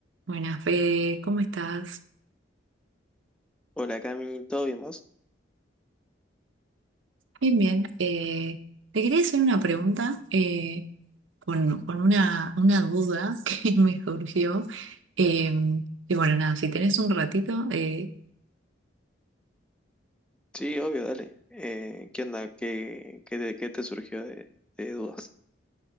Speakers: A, on the right; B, in the centre.
A: Buenas, Fede, ¿cómo estás?
B: Hola Cami, ¿todo bien vos?
A: Bien, bien. Eh, te quería hacer una pregunta eh, con, con una, una duda <laughs> que me surgió. Eh, y bueno, nada, si tenés un ratito, eh,
B: Sí, obvio, dale. Eh, ¿qué onda? ¿Qué, qué, te, qué te surgió de, de dudas?